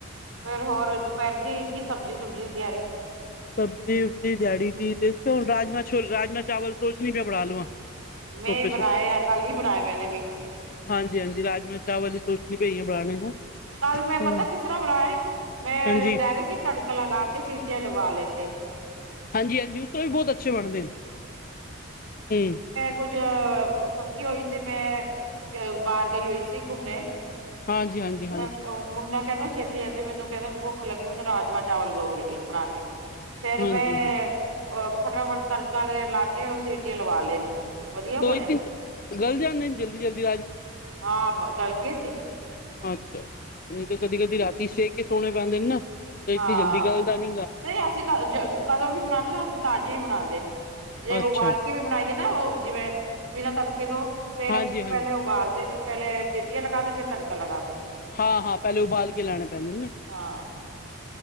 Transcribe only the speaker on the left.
ਸਬਜ਼ੀ ਸੁਬਜੀ ਦਿਆਂੜੀ ਦੀ, ਦੇਖਦੀ ਹੁਣ ਰਾਜਮਾ ਛੋਲੇ ਚਾਵਲ ਸੋਚਨੀ ਆਂ ਬਣਾ ਲਵਾਂ।
ਸੋਪੇ
ਹਾਂਜੀ-ਹਾਂਜੀ ਰਾਜਮਾਂ ਚਾਵਲ ਈ ਸੋਚਣੀ ਪਈ ਆ ਬਣਾਉਣੇ ਦਾ
ਹਮ
ਹਾਂਜੀ
ਹਾਂਜੀ- ਹਾਂਜੀ ਉਸ ਤੋਂ ਵੀ ਬਹੁਤ ਅੱਛੇ ਬਣਦੇ ਨੇ, ਹੂ।
ਹਾਂਜੀ, ਹਾਂਜੀ, ਹਾਂਜੀ।
ਹਾਂਜੀ
ਹਾਂ
ਤੋਂ
ਇਤੇ ਗਲ ਜਾਂਦੇ ਨੇ ਜਲਦੀ ਜਲਦੀ
ਅੱਛਾ-ਅੱਛਾ ਨਹੀਂ ਤੇ ਕਦੀ-ਕਦੀ ਰਾਤੀ ਸੇਅ ਕੇ ਸੋਣੇ ਪੈਂਦੇ ਨੇ ਨਾ, ਤਾਂ
ਇਤਨੀ ਜਲਦੀ ਗੱਲ ਦਾ ਨਹੀਂ।
ਅੱਛਾ
ਹਾਂਜੀ
ਹਾਂਜੀ
ਹਾਂ- ਹਾਂ ਪਹਿਲੇ ਉਬਾਲ ਕੇ ਲੈਣੇ ਪੈਂਦੇ ਨੇ ਨਾ।